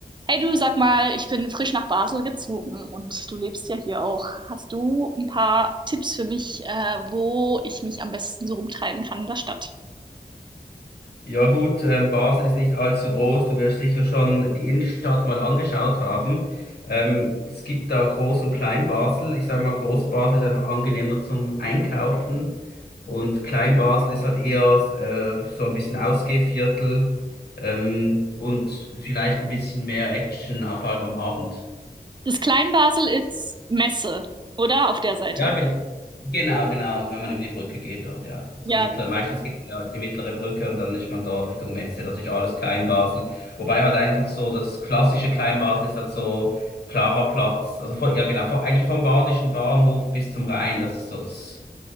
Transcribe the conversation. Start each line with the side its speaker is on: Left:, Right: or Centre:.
Right: Hey du, sag mal, ich bin frisch nach Basel gezogen und du lebst ja hier auch. Hast du ein paar Tipps für mich, äh, wo ich mich am besten so rumtreiben kann in der Stadt?
Left: Ja gut, ähm, Basel ist nicht allzu groß. Du wirst sicher schon die Innenstadt mal angeschaut haben. Ähm, es gibt da Groß- und Klein-Basel. Ich sage mal, Groß-Basel ist einfach angenehmer zum Einkaufen und Klein-Basel ist halt eher äh, so ein bisschen Ausgehviertel ähm, und vielleicht ein bisschen mehr Action, vor allem am Abend.
Right: Das Kleinbasel ist Messe, oder? Auf der Seite.
Left: Ja, gen genau, genau, wenn man über die Brücke geht dort, ja. Also
Right: Ja,
Left: mittler, meistens geht man ja über die mittlere Brücke und dann ist man dort Richtung Messe, das ist alles Kleinbasel. Wobei halt einfach so das klassische Kleinbasel ist dann so klarer Platz, also von, ja genau, von, eigentlich vom Badischen Bahnhof bis zum Rhein, das ist so das